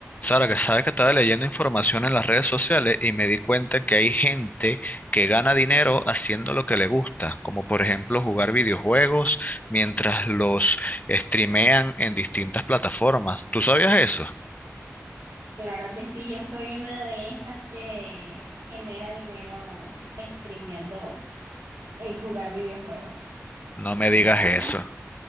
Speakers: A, on the left; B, on the right.
A: Sara, que sabes que estaba leyendo información en las redes sociales y me di cuenta que hay gente que gana dinero haciendo lo que le gusta, como por ejemplo jugar videojuegos mientras los streamean en distintas plataformas. ¿Tú sabías eso?
B: Claro que sí, yo soy una de esas que genera dinero streameando el jugar videojuegos.
A: No me digas
B: ¿No sabías?
A: eso.